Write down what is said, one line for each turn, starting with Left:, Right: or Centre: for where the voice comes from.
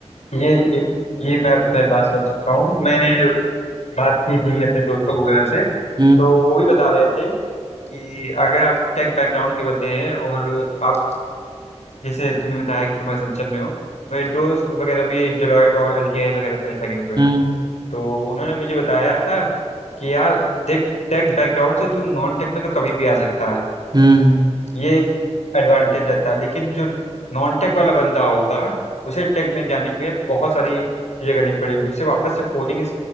Left: ये ये ये मैं आपसे बात कर सकता हूँ मैंने बात की थी अपने दोस्तों वगैरह से
Right: हम्म
Left: तो वो भी बता रहे थे कि अगर आप टेक बैकग्राउंड के बंदे हैं और आप जैसे तुमने बताया कि तुम एसेंचर में हो तो मेरे दोस्त वगैरह भी डेलॉयट और एलटीआई वगैरह में लगे हुए
Right: हम्म
Left: हैं तो उन्होंने मुझे बताया था कि यार देख टेक बैकग्राउंड से तू नॉन टेक में तो कभी भी आ सकता है
Right: हम्म
Left: ये एक एडवांटेज रहता है लेकिन जो नॉन टेक वाला बंदा होगा उसे टेक में जाने के लिए बहुत सारी चीजें करनी पड़ेगी उसे वापस से कोडिंग